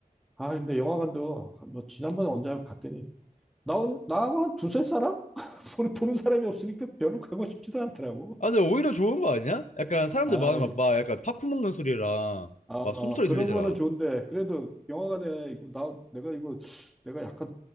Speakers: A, in the centre; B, on the left.
A: 아 근데 영화관도 한- 너 지난번에 언제 갔더니 나온 나하고 한 두세 사람 <laughs> 보는 보는 사람이 없으니까 별로 가고 싶지도 않더라고.
B: 아 근데 오히려 좋은 거 아니야? 약간 사람들
A: 아
B: 많으면 막 약간 팝콘 먹는 소리랑
A: 아,
B: 막 숨소리
A: 그런
B: 들리잖아
A: 거는 좋은데, 그래도 영화관에, 이거, 나, 내가 이거, 내가 약간